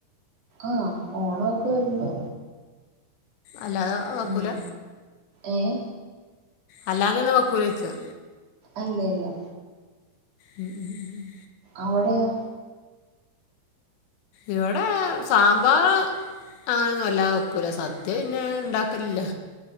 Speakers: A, on the right (about 35°); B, on the left (about 80°).
A: ആഹ് ഓണൊക്കെ വരുമ്പോ
B: അല്ലാതെ വെക്കൂല
A: ഉം ഏഹ്
B: അല്ലാതൊന്നും വെക്കൂലോയ്ച്ച
A: അല്ലല്ല
B: ഉം ഉം ഉം ഉം
A: അവിടെയോ
B: ഇവിടെ സാമ്പാർ അങ്ങനെയൊന്നും വല്ലാത വെക്കൂല സദ്യ പിന്നെ ഉണ്ടാക്കലില്ല